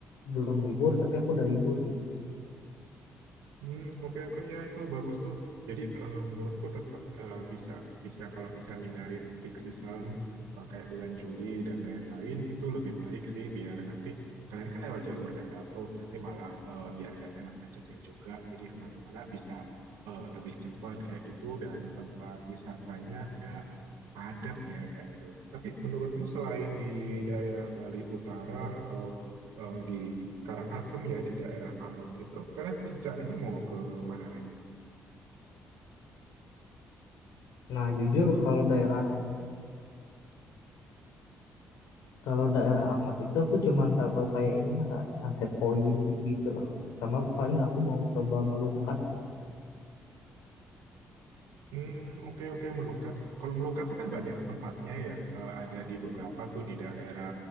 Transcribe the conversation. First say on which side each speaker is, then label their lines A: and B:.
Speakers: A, on the left; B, on the right.
A: belum libur tapi aku udah libur gitu.
B: Hmm, oke oke ya itu bagus tuh. Jadi eh, menurutku tetap eh, bisa bisa kalau bisa ngindarin peak season eh, kayak bulan Juli dan lain-lain itu lebih baik sih biar nanti kalian kan lewat jalur darat tuh nanti malah eh, biar nggak kena macetnya juga. Jadi kemana-mana bisa eh, lebih cepat kayak gitu dan tempat wisatanya nggak padat ya kayak gitu. Tapi menurutmu selain di daerah Bali Utara atau eh, di Karangasem ya di daerah Amet itu kalian rencananya mau ke mana lagi?
A: Nah jujur kalau daerah kalau daerah amat itu aku cuman tahu kayak ininya nggak Sunset Point gitu-gitu loh. Sama paling aku mau coba melukat.
B: Hmm, oke oke Melukat. Kalau Melukat tuh kan banyak tempatnya ya. Eh, ada di beberapa tuh di daerah